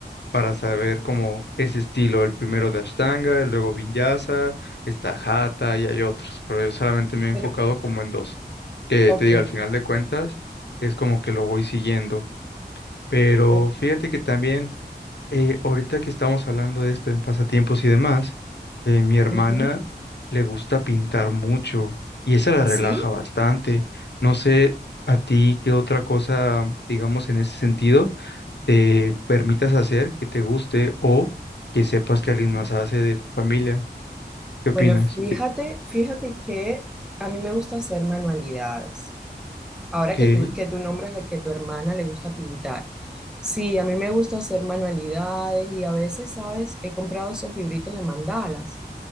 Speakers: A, on the left; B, in the centre.
A: para saber cómo ese estilo, el primero de Ashtanga, luego Vinyasa, está Hatha y hay otros, pero yo solamente me he enfocado
B: pero,
A: como en dos, que
B: ok.
A: te digo, al final de Ok. cuentas es como que lo voy siguiendo, pero
B: o-
A: fíjate que también eh, ahorita que estamos hablando de esto, en pasatiempos y demás, eh, mi hermana
B: ujú,
A: le gusta pintar mucho y esa la relaja
B: Sí,
A: bastante. No sé a ti qué otra cosa, digamos, en ese sentido, te permitas hacer que te guste o que sepas que alguien más hace de tu familia. ¿Qué opinas?
B: bueno, fíjate, fíjate que a mí me gusta hacer manualidades. Ahora
A: Que,
B: que tú, que tú nombras la que tu hermana le gusta pintar. Sí, a mí me gusta hacer manualidades y a veces, ¿sabes? He comprado esos libritos de mandalas